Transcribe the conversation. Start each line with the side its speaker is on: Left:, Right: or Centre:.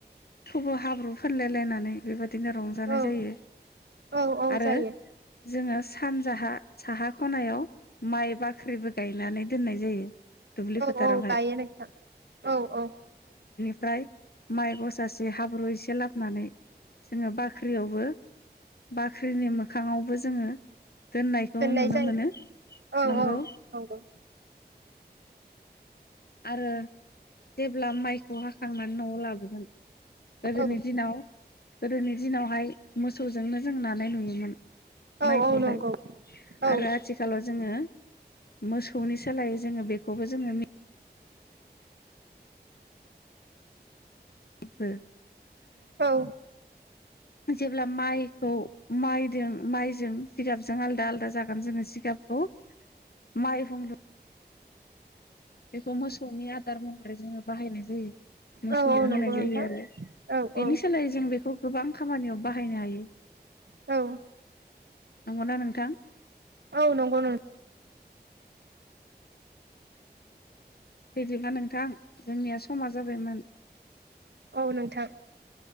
Left: खौबो हा ब्रु फानलायलायनानै बेबायदि बिदिनो रंजानाय
Right: औ
Left: जायो
Right: औ औ
Left: आरो
Right: जायो
Left: जोङो सानजाहा साहा खनायाव माइ बाख्रिबो गायनानै दोननाय जायो। दुब्लि
Right: औ
Left: फोथारावहाय
Right: औ गायो औ औ
Left: फ्राय माइ गसासे हाब्रु एसे लाबनानै जोङो बाख्रियावबो बाख्रिनि मोखाङावबो जोङो दोननायखौ
Right: दोननाय
Left: नुनो
Right: जायो
Left: मोनो
Right: औ
Left: नंगौ।
Right: औ नंगौ
Left: आरो जेब्ला माइखौ हाखांनानै नआव लाबोगोन। गोदोनि
Right: औ
Left: दिनाव गोदोनि दिनावहाय मोसौजोंनो जों नानाय नुयोमोन।
Right: औ
Left: माइखौहाय
Right: औ नंगौ औ
Left: आरो आथिखालाव जोङो मोसौनि सोलाय जोङो बेखौबो जोङो। इबो
Right: औ
Left: जेब्ला माइखौ माइजों माइजों जिगाबजों आलदा आलादा जागोन जोङो जि गाबखौ माइहुं लु बेखौ मोसौनि आदार महरै जोङो बाहायनाय जायो। मोसौ
Right: औ औ
Left: होनाय
Right: नंगौ
Left: जायो
Right: नोंथां
Left: आरो
Right: औ
Left: बेनि
Right: औ
Left: सोलायै जों बेखौ गोबां खामानियाव बाहा खायनो हायो।
Right: औ
Left: नंगौ ना नोंथां?
Right: औ नंगौ नों
Left: बिदिबा नोंथां जोंनिया समा जाबायमोन।
Right: औ नोंथां